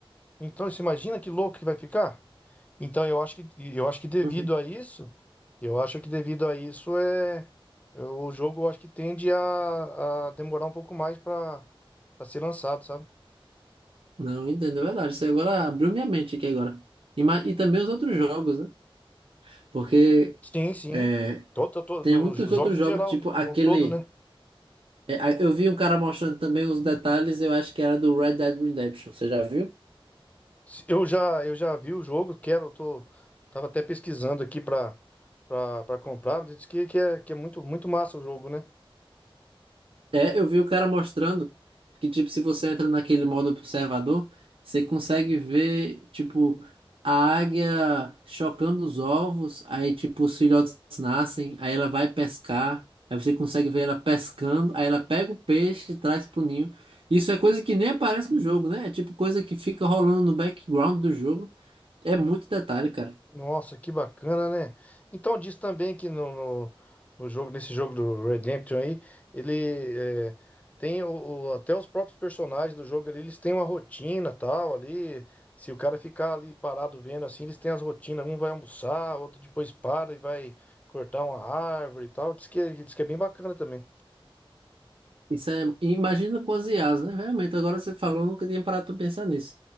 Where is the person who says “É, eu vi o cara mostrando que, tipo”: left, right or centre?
Right